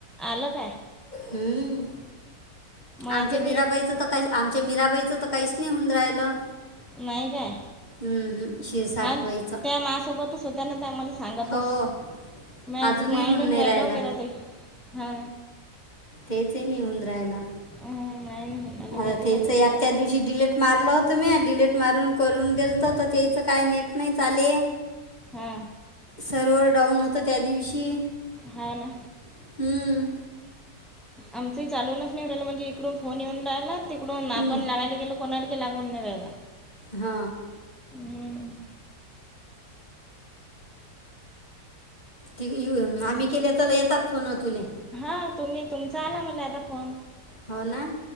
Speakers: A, in the centre; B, on the left.
A: आलं काय?
B: हम्म,
A: मग याच्यात
B: आमच्या मीराबाईचं
A: येत
B: तर काही,, आमच्या मीराबाईचंऽऽ काहीच नाही होऊन राहिलं.
A: नाही काय?
B: हम्म. शिरसाटबाईचं
A: हा त्या मासोबत होतना त्या मलाऽ सांगा
B: हो
A: तोच, मेटलं
B: अजूनही
A: मायेने
B: होऊन नाही
A: फ रायला
B: राहिलं
A: मीरा हा,
B: तेच नाही ऊंद रायला.
A: माय नाही हरला
B: आता
A: मी
B: तेच,
A: जातो
B: आ त्या दिवशी डिलेट मारलो,, मी डिलेट मारून करून देल तर तर त्याचं काय नेट नाही चाले.
A: हा
B: सर्वर डाऊन होत त्या दिवशी.
A: हा, ना,
B: हम्म.
A: आमच चालूनच नाहीलं म्हणजे, इकडून फोन येऊन राहिला तिकडून आपण
B: हम्म.
A: लावायला गेलोऽऽ कोणाल के लागून नाही राहिला.
B: हा,
A: हम्म.
B: त आम्ही केले तर ला येतात फोन तुले,,
A: ह तुम्ही, तुमचा आला मला आता फोन.
B: हो ना